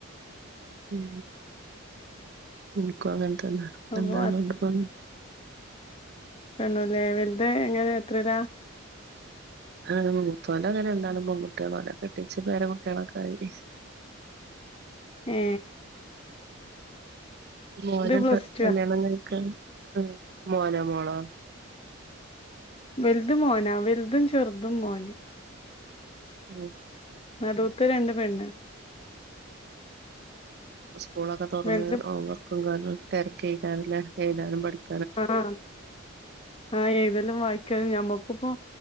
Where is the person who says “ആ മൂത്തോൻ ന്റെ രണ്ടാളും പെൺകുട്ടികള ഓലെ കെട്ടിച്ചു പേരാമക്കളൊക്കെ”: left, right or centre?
Right